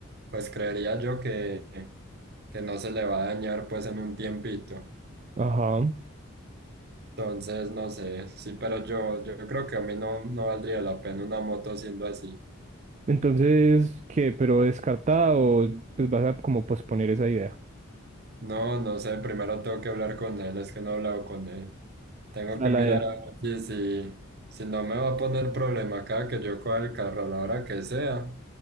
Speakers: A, on the right; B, on the right.
A: pues creería yo que, que no se le va a dañar pues en un tiempito.
B: Ajá.
A: Entonces, no sé, sí, pero yo, yo creo que a mí no, no valdría la pena una moto siendo así.
B: Entonces, ¿qué? ¿Pero descartada o pues vas a como posponer esa idea?
A: No, no sé, primero tengo que hablar con él, es que no he hablado con él. Tengo
B: O sea,
A: que
B: la
A: mirar
B: idea.
A: a ver si, si, si no me va a poner problema acá, que yo coja el carro a la hora que sea.